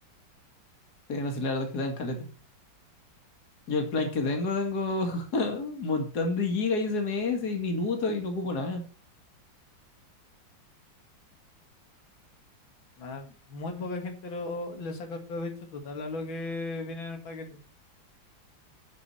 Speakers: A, on the left; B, on the left.
A: Sí, no, sí, la verdad es que dan caleta. Yo el plan que tengo, tengo <laughs> un montón de gigas y SMS y minutos y no ocupo nada.
B: Nada, muy poca gente lo, le saca el provecho total a lo que viene en el paquete.